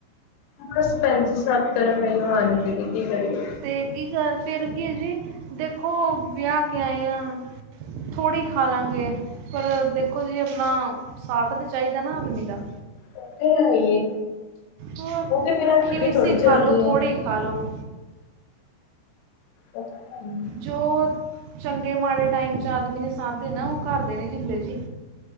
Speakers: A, on the left; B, on the right.
A: ਬਸ ਭੈਣ ਜੀ, ਸਭ ਤਰਫ਼ ਐਹੀ ਹਾਲ ਏ ਕੀ-ਕੀ ਕਰੀਏ।
B: ਤੇ ਕੀ ਗੱਲ ਫਿਰ ਕੀ ਏ ਜੀ। ਦੇਖੋ ਵਿਆਹ ਕੇ ਆਏ ਆ। ਥੋੜ੍ਹੀ ਖਾਲਾਗੇ। ਪਰ ਦੇਖੋ ਜੀ ਅਪਣਾ, ਸਾਥ ਤੇ ਚਾਹੀਦਾ ਨਾ ਆਦਮੀ ਦਾ।
A: ਇਹ ਤੇ ਹੈ ਈ ਐ।
B: ਹੋਰ
A: ਉਹਦੇ ਬਿਨਾਂ
B: ਰੁੱਖੀ
A: ਗੱਡੀ
B: ਮਿੱਸੀ
A: ਥੋੜ੍ਹੀ
B: ਖਾ
A: ਚੱਲਦੀ
B: ਲਓ ਥੋੜੀ
A: ਐ।
B: ਖਾ ਲਓ
A: ਇਹ ਤਾਂ ਹੈ ਈ ਐ।
B: ਜੋ ਚੰਗੇ-ਮਾੜੇ ਟਾਈਮ 'ਚ ਆਦਮੀ ਨੇ ਸਾਥ ਦੇਨਾਂ, ਉਹ ਘਰਦੇ ਨੀ ਦਿੰਦੇ ਜੀ।